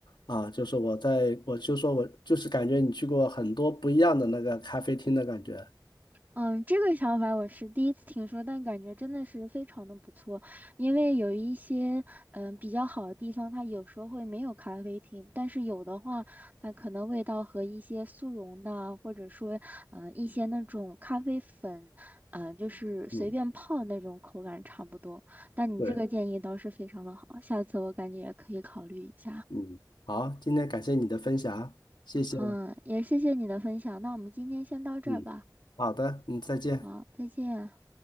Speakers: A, on the left (about 75°); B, on the right (about 25°).
A: 啊，就是我在，我就说我就是感觉你去过很多不一样的那个咖啡厅的感觉，
B: 嗯，这个想法我是第一次听说，但感觉真的是非常的不错。因为有一些嗯比较好的地方，它有时候会没有咖啡厅，但是有的话，它可能味道和一些速溶的啊，或者说嗯一些那种咖啡粉，嗯就是随便泡那种口感差不多。
A: 嗯，
B: 但你这个建议倒是非常的好，
A: 对，
B: 下次我感觉也可以考虑一下。
A: 嗯，好，今天感谢你的分享，谢谢，
B: 嗯，也谢谢你的分享，那我们今天先到这儿吧。
A: 嗯，好的，嗯，再见。
B: 好，再见。